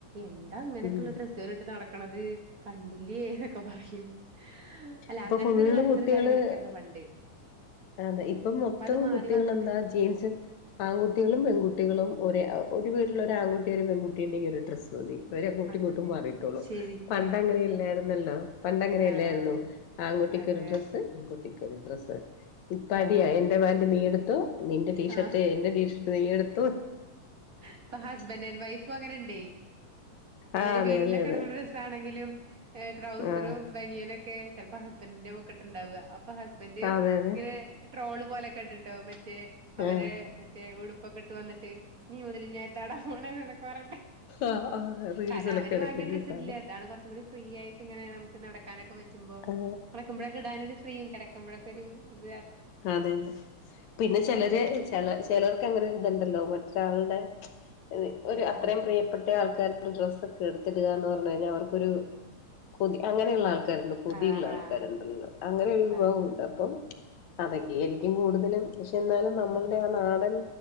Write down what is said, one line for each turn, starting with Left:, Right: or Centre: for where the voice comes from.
Right: എന്താ അങ്ങനക്കുള്ള
Left: ഉം
Right: ഡ്രസ്സ്കൾ ഇട്ട് നടക്ക കക്കണത് കണ്ടില്ലേ എന്നൊക്കെ പറയും അല്ല
Left: ഇപ്പൊ
Right: അങ്ങനത്തെ
Left: ഫുള്ള്
Right: ഒരു കൾച്ചറും
Left: കുട്ടികള്
Right: കാര്യങ്ങളൊക്കെർന്ന് പണ്ട്
Left: അതെ ഇപ്പം മൊത്തം
Right: ഇപ്പ അത് മാറി
Left: കുട്ടികൾ
Right: വന്നിണ്ട്
Left: എന്താ ജീൻസ് ആൺകുട്ടികളും പെൺകുട്ടികളും ഒ ഒരു വീട്ടില ഒരു ആൺുട്ടിയ ഒരു പെൺകുട്ടുണ്ടെങ്കിൽ ഒരു ഡ്രസ് തോി ഇരെ കൂട്ടി
Right: അതെ
Left: കൂട്ടി മാറിയിട്ടുള്ളൂ
Right: ശരിക്കും
Left: പണ്ട അങ്ങനെ ഇല്ലേ നല്ല പണ്ടങ്ങനെയല്ലായിരുന്നു
Right: ആഹ്
Left: ആൺകു
Right: അതെ
Left: ക്കൊരു ഡ്രസ്സ് പെൺകുട്ടിക്ക് ഒര് ഡ്രസ്സ്‌ ഡ്രസ് ഇപ്പ അടിയാ
Right: ആഹ്
Left: എന്റെ പാന്റ് നീ എടുത്തു നിന്റെ ടീഷർട്ട്
Right: ആഹ്
Left: എന്റെ ടീഷർട്ട് <unintelligible> എടുത്തു
Right: ഇപ്പൊ ഹസ്ബന്ഡ ആൻഡ് വൈഫും അങ്ങനെണ്ടേ അവര്
Left: ആ അതെ
Right: വീട്ടിലൊക്കെ
Left: അതെ അതെ
Right: ഇട ഡ്രസ്സ ആണെങ്കിലും ട്രൗസറും
Left: ആ
Right: ബനിയനൊക്കെ ചിലപ്പോ ഹസ്ബന്ഡന്റെ പൊക്കെട്ടുണ്ടാവ അപ്പ ഹസ്ബന്ഡ്
Left: അതെ അതെ
Right: ഇങ്ങനെ ട്രോള് പോലെെ കണ്ട്ണ്ടോ മെ റ്റേ അവരെ
Left: ആ
Right: മറ്റേ ഉടുപ്പൊക്കെട്ട് വന്നിട്ട് നീ മുതല് ങ്ങി ഏട്ടാടാ പോണ ന്നൊക്കെ പർഞ്ട്ട്
Left: ആ ആ റീൽസിലൊക്കെ
Right: കാരണം അവര്
Left: ഇടക്കിടക്ക്
Right: വാങ്ങിയ ഡ്രസ്സിടല്ലെ
Left: കാണാം
Right: താണ് കൊർച്ചും കൂടി ഫ്രീ ആയിട്ടിങ്ങനെ നമുക് നടക്കാനൊക്ക പറ്റ് മ്പോ
Left: ആ
Right: കെടക്കുമ്പഴക്കെ ഇടാനൊരു ഫ്രീയും കെടക്കുമ്പഴൊക് ഒരു ഉം
Left: അതെതെ പിന്നെ
Right: ആഹ്
Left: ചിലര് ച ചിലർക്ക് അങ്ങനെരിതുണ്ടല്ലോ മറ്റ <unintelligible> ഒരു അത്രയും
Right: ആഹ്
Left: പ്രിയപ്പെട്ട പഴയ ആൾക്കാരുടെ ഡ്രസ്സൊക്കെ എടുത്ത് ഇടുക എന്ന് പറഞ്ഞു കഴിഞ്ഞാൽ അവർക്ക് ഒരു കൊതി അങ്ങനെയുള്ള ആൾ ആൾക്കാരുണ്ട് കൊതിയുള്ള
Right: ആഹ് ആഹ്
Left: ആൾക്കാരുണ്ടല്ലോ
Right: ആഹ്
Left: അങ്ങനെ ഒരു വിഭാഗമുണ്ട്
Right: അത്
Left: അപ്പം അതൊക്കെ ആരിക്കും കൂടുതലും പക്ഷെ എന്നാലും
Right: ആഹ്
Left: നമ്മളുടെ ആ നാടൻ